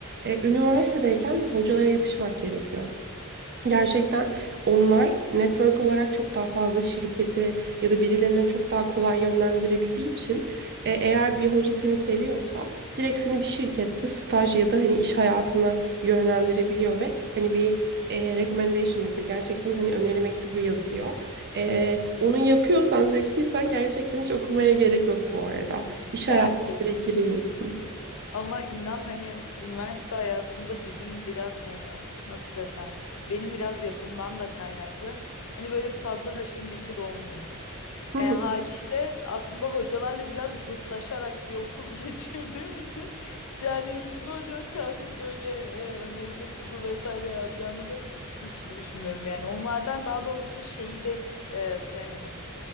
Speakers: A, on the right; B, on the left.
A: Ee, üniversitedeyken hocalara yapışmak gerekiyor. Gerçekten onlar network olarak çok daha fazla şirketi ya da birilerine çok daha kolay yönlendirebildiği için e, eğer bir hoca seni seviyorsa direkt seni bir şirkette staj ya da hani iş hayatına yönlendirebiliyor ve hani bir e, recommendation letter gerçekten hani öneri mektubu yazıyor. E, onu yapıyorsan zekiysen gerçekten hiç okumaya gerek yok bu arada. İş hayatına
B: Gerçekten.
A: direkt giriyorsun.
B: Ama inan hani üniversite hayatında bizim biraz hani nasıl desem benim biraz yapımdan da kaynaklı. Hani böyle fazla haşir neşir olmuyordum.
A: <laughs>
B: Yani
A: Hı hı.
B: haliyle aslında hocalarla biraz zıtlaşarak bir okul <laughs> geçirdiğim için yani hiçbir hocanın kalkıp böyle e, öneri mektubu vesaire yazacağını da hiç düşünmüyordum. Yani onlardan daha doğrusu şeyi de hiç e, sevmedim.